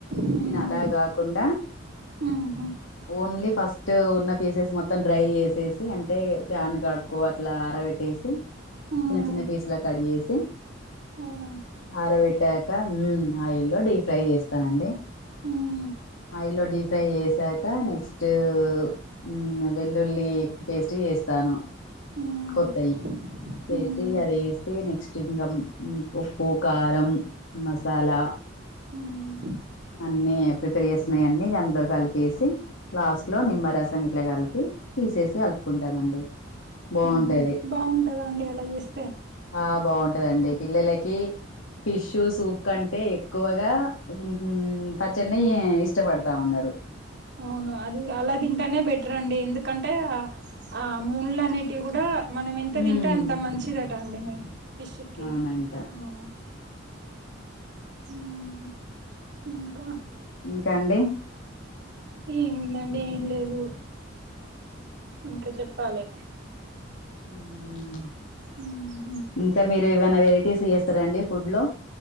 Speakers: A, on the right; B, on the left.
A: మ్మ్
B: నేను అలా కాకుండా
A: మ్మ్
B: ఓన్లీ ఫస్ట్ ఉన్న పీసెస్ మొత్తం డ్రై చేసేసి అంటే ప్యాన్ కడ ఎక్కువ అట్లా అరబెట్టేసి
A: మ్మ్
B: చిన్న చిన్న పీసు లా కట్ చేేసి
A: అవునా
B: ఆరబెట్టాక ఉ ఆయిల్ లో డీ ఫ్రై చేస్తానండి
A: మ్మ్
B: ఆయిల్ లో డీ ఫ్రై చేసాక నెక్స్ట్ మ్మ్ వెల్లుల్లి పేస్ట్ ఏస్తాను
A: మ్మ్
B: కొత్తయి చేసి
A: మ్మ్
B: అది ఏస్తే నెక్స్ట్ ఇంగ ఉప్పు, కారం మసాలా
A: మ్మ్
B: అన్ని ప్రిపేర్ చేసున్నాయి అన్నీ అందులో కలిపేసి లాస్ట్ లో నిమ్మరసం ఇట్లా కలిపి తీసేసి కలుపుకుంటామండి బాగుం
A: మ్మ్
B: టది
A: బాగుంటదా అండి అలా చేస్తే
B: ఆ బాగుంటదండి పిల్లలకి ఫిషు సూప్ కంటే ఎక్కువగా ఉ పచ్చడినే ఇష్టపడతా ఉన్నారు
A: అవును అది అలా తింటేనే బెటర్ అండి ఎందుకంటే ఆ ముళ్ళు అనేటివి కూడా మనం ఎంత
B: ఉమ్
A: తింటే అంత మంచిదట అండి ఫిష్ కి
B: అవునంట
A: ఆ ఉ ఇంకా
B: ఇంకా అండి
A: ఏముందండి ఏం లేదు ఇంకా చెప్పాలి
B: మ్మ్
A: ఉహు
B: ఇంకా మీరు ఏవైనా వెరైటీస్ చేస్తారండి ఫుడ్ లో